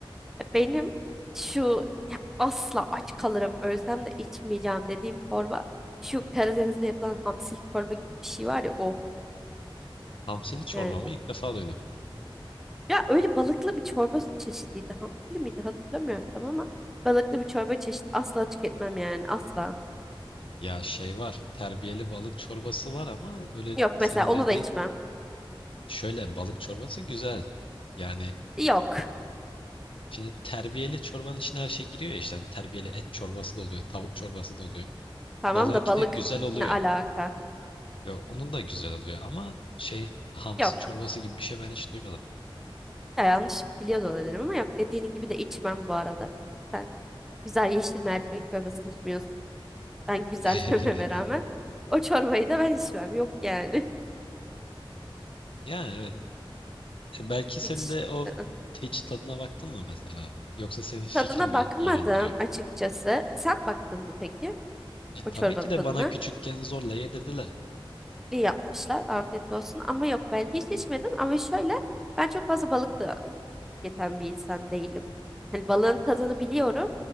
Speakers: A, in the centre; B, on the left.
A: e, benim şu ya asla aç kalırım ölsem de içmeyeceğim dediğim çorba şu Karadeniz'de yapılan hamsili çorba gibi bir şey var ya o.
B: Hamsili çorbamı
A: Yani o,
B: ilk defa duydum.
A: ya öyle balıklı bir çorba çeşidiydi. Hamsili miydi hatırlamıyorum tam ama balıklı bir çorba çeşidi asla tüketmem yani asla.
B: Ya şey var terbiyeli balık çorbası var ama öyle
A: Yok
B: senin
A: mesela onu
B: dediğin
A: da içmem.
B: şöyle balık çorbası güzel. Yani
A: Yok.
B: Şimdi terbiyeli çorbanın içine her şey giriyor ya işte hani terbiyeli et çorbası da oluyor, tavuk çorbası da oluyor.
A: Tamam
B: Balığınki
A: da balık
B: de güzel oluyor.
A: ne alaka?
B: Yo, onun da güzel oluyor ama şey hamsi
A: Yok.
B: çorbası gibi bir şey ben hiç duymadım.
A: Ya yanlış biliyor da olabilirim ama yok dediğini gibi de içmem bu arada. sen. Güzel yeşil mercimek çorbasını içmiyorsun. Ben güzel
B: <laughs>
A: <laughs> dememe rağmen o çorbayı da ben içmem. Yok yani.
B: Yani evet. E, Belki senin
A: <laughs> Hiç.
B: de o
A: ı-ı.
B: hiç tadına baktın mı mesela? Yoksa senin fikri
A: Tadına
B: mi
A: bakmadım
B: iğrendiriyor?
A: açıkçası. Sen baktın mı peki
B: E tabii
A: o çorbanın
B: ki de
A: tadına?
B: bana küçükken zorla yedirdiler.
A: İyi yapmışlar. Afiyet olsun. Ama yok ben hiç içmedim. Ama şöyle ben çok fazla balık da yeten bir insan değilim. Hani balığın tadını biliyorum.